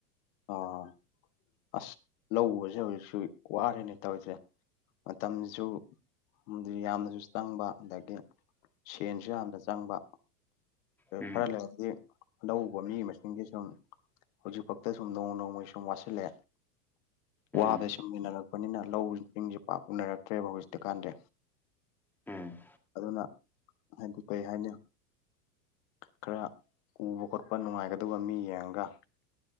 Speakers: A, on the left; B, in the centre.
A: ꯑꯥ ꯑꯁ ꯂꯧꯎꯕꯁꯦ ꯍꯧꯖꯤꯛꯁꯨ ꯋꯥꯔꯦꯅꯦ ꯇꯧꯔꯤꯁꯦ ꯃꯇꯝꯖꯨ ꯍꯨꯝꯗ꯭ꯔꯤ ꯌꯥꯝꯅꯁꯨ ꯆꯪꯕ ꯑꯗꯒꯤ ꯁꯦꯟꯁꯨ ꯌꯥꯝꯅ ꯆꯪꯕ꯫
B: ꯎꯝ
A: ꯈꯔ ꯂꯩꯔꯗꯤ ꯂꯧꯕ ꯃꯤ ꯃꯁꯤꯡꯒꯤ ꯁꯨꯝ ꯍꯧꯖꯤꯛ ꯐꯥꯎ ꯇꯁꯨꯝ ꯅꯣꯡꯃ ꯅꯣꯡꯃꯒꯤ ꯁꯨꯝ ꯋꯥꯁꯤꯜꯂꯦ꯫
B: ꯎꯝ
A: ꯋꯥꯗ ꯁꯨꯃꯤꯟꯅꯔꯛꯄꯅꯤꯅ ꯂꯧꯔꯤꯁꯤꯡꯁꯦ ꯄꯥꯛ ꯎꯅꯔꯛꯇ꯭ꯔꯦꯕ ꯍꯧꯖꯤꯛꯇꯤ ꯀꯥꯟꯗꯤ꯫
B: ꯎꯝ꯫
A: ꯑꯗꯨꯅ ꯍꯥꯏꯗꯤ ꯀꯔꯤ ꯍꯥꯏꯅꯤ꯫ ꯈꯔ ꯎꯕ ꯈꯣꯠꯄ ꯅꯨꯡꯉꯥꯏꯒꯗꯧꯕ ꯃꯤ ꯌꯦꯡꯉꯒ